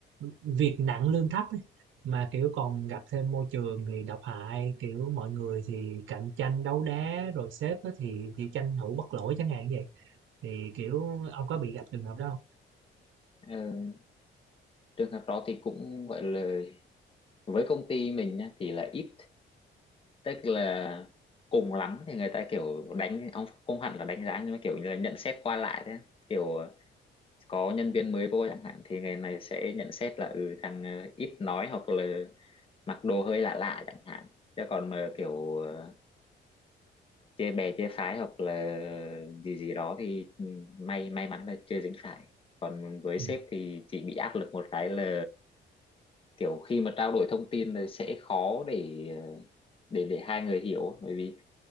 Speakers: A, on the right; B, on the left.
A: việc nặng lương thấp ấy, mà, kiểu, còn gặp thêm môi trường thì độc hại, kiểu, mọi người thì cạnh tranh đấu đá, rồi sếp á thì thì tranh thủ bất lỗi chẳng hạn vậy. Thì, kiểu, ông có bị gặp trường hợp đó hông?
B: ờ, trường hợp đó thì cũng gọi là với công ty mình nhá, thì là ít tức là cùng lắm thì người ta kiểu đánh ông không hẳn là đánh giá nhưng mà kiểu như là nhận xét qua lại thế kiểu ờ, có nhân viên mới vô chẳng hạn thì người này sẽ nhận xét là ừ thằng ờ, ít nói hoặc là mặc đồ hơi lạ lạ chẳng hạn chứ còn mà kiểu ờ, chê bè chê phái hoặc là gì gì đó thì ừ, may may mắn là chưa dính phải với sếp
A: Ừm,
B: thì chị bị áp lực một cái là kiểu khi mà trao đổi thông tin là sẽ khó để ờ, để để hai người hiểu bởi vì